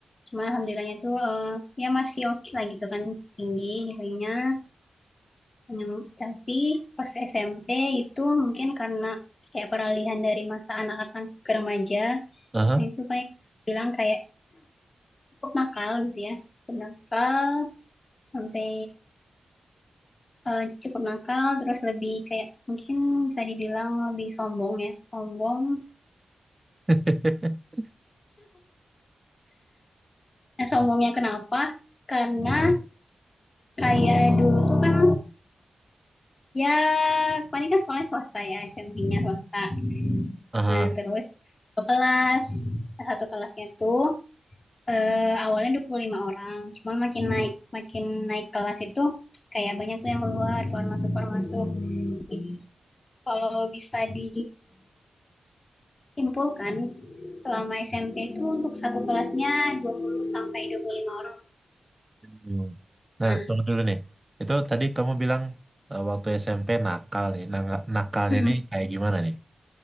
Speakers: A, on the left; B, on the right.
A: cuma alhamdulillahnya tuh eh, ya masih oke lah gitu kan tinggi nilainya Hmm, tapi pas SMP itu mungkin karena kayak peralihan dari masa anak-anak ke remaja
B: aha,
A: nah itu kayak bilang kayak cukup nakal gitu ya cukup nakal sampai eh, cukup nakal, terus lebih kayak mungkin bisa dibilang lebih sombong ya, sombong.
B: <laughs>
A: Nah, sombongnya kenapa? Karena kayak dulu tuh kan ya, Fani kan sekolahnya swasta ya, SMP-nya swasta.
B: aha.
A: Nah, terus satu kelas, nah, satu kelasnya tuh eh, awalnya 25 orang, cuma makin naik, makin naik kelas itu kayak banyak tuh yang keluar, keluar masuk, keluar masuk. Jadi kalau bisa di simpulkan selama SMP itu untuk satu kelasnya 20 sampai 25 orang.
B: Hmm. Nah,
A: Nah,
B: tunggu dulu nih. Itu tadi kamu bilang eh, waktu SMP nakal nih. Nah, nakalnya
A: hmm,
B: nih kayak gimana nih?